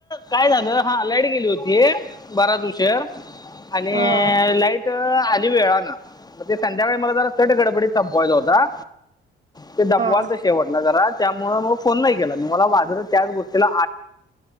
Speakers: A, on the left; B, on the right.
A: काय झालं हा लाईट गेली होती बारा दिवशीर, आणि
B: ह हा
A: लाईट, आली वेळाान म ते संध्याकाळी मला जरा तट गडबडीत संपवायचा होता. ते दमवाल
B: हा
A: तर शेवटला जरा त्यामु मग फोन नाही केला मला वाज त्याच गोष्टीला,